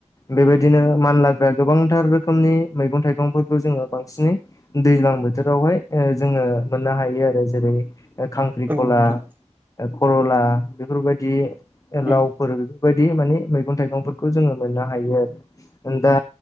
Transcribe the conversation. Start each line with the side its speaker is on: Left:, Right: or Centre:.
Left: बेबायदिनो मान लाग्रा गोबांथार रोखोमनि मैगं थाइगं फोरखौ जोङो बांसिनै दैज्लां बोथोरावहाय जोंङो मोननो हायो आरो जेरै खांख्रिखला
Right: नोंथां औ नोंथां
Left: खरला बेफोरबायदि
Right: उम
Left: लावफोर बेफोरबायदि बिदि माने मैगं थाइगंफोरखौ जोङो मोननो हायो आरो दा